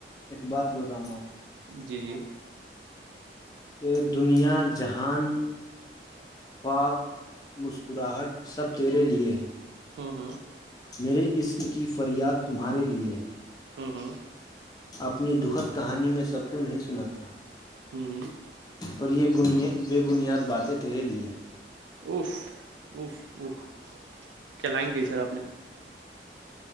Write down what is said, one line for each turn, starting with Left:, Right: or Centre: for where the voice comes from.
Left: ایک بات بول رہا ہوں آپ
Right: جی
Left: کہ دنیا جہان خواک مسکراہٹ سب تیرے لیے ہے
Right: ہوں ہوں
Left: میرے عشق کی فریاد تمہارے لیے ہے
Right: ہوں ہوں
Left: اپنی دخد کہانی میں سب کو نہیں سناتا
Right: ہوں ہ
Left: پر یہ بنیا بے بنیاد باتیں تیرے لیے ہے
Right: اوف اوف اوف کیا لائیں گئی سر آپ نے